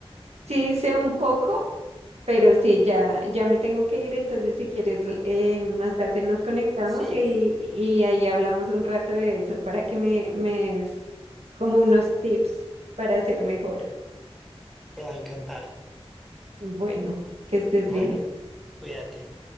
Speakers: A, on the right; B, in the centre.
A: Sí, sé un poco, pero sí, ya, ya me tengo que ir, entonces si quieres, l- eh, más tarde nos conectamos
B: Sí,
A: y, y ahí hablamos un rato de eso para que me, me des como unos tips para ser mejor.
B: te va a encantar.
A: Bueno, que estés
B: Bueno,
A: bien.
B: cuídate.